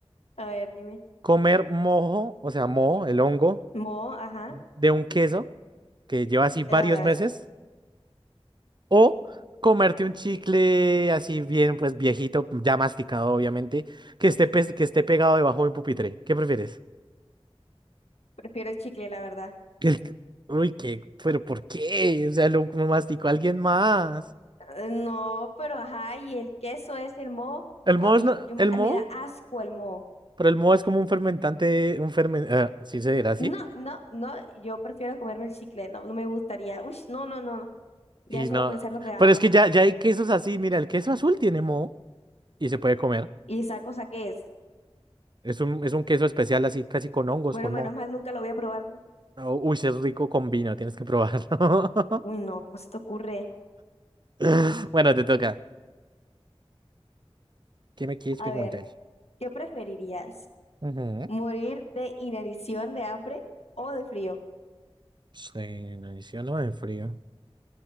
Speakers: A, on the left; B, on the right.
A: A ver, dime.
B: ¿Comer mojo, o sea, moho, el hongo,
A: Mo, ajá.
B: de un queso que lleva así varios
A: Ugh,
B: meses? O comerte un chicle así bien, pues viejito, ya masticado, obviamente, que esté, pes- que esté pegado debajo de un pupitre. ¿Qué prefieres?
A: prefiero el chicle, la verdad.
B: el- Uy, qué, pero ¿por qué? O sea, lo, lo masticó alguien más.
A: Eh, No, pero ajá, y el queso es el mo.
B: El
A: A
B: moho
A: mí
B: es no-
A: yo,
B: el
A: me
B: moho,
A: da asco el mo.
B: pero el moho es como un fermentante, un fermentante, sí se dirá así.
A: No, no, no, yo prefiero comerme el chicle, no, no me gustaría. Uy, no, no, no, no. Ya
B: Y
A: solo
B: no,
A: pensarlo me da
B: pero
A: asco.
B: es que ya, ya hay quesos así, mira, el queso azul tiene moho y se puede comer.
A: ¿Y esa cosa qué es?
B: Es un, es un queso especial así, casi con hongos,
A: Bueno,
B: con
A: menos
B: moho.
A: mal nunca lo voy a probar. ¿no?
B: Oh, Uy, sí es rico con vino, tienes que probarlo.
A: Uy,
B: <laughs>
A: no, ¿cómo se te ocurre?
B: <laughs> Bueno, te toca. ¿Qué me quieres
A: A
B: preguntar?
A: ver, ¿qué preferirías?
B: Ujú.
A: ¿Morir de inanición de hambre o de frío?
B: Sí, no, no de frío.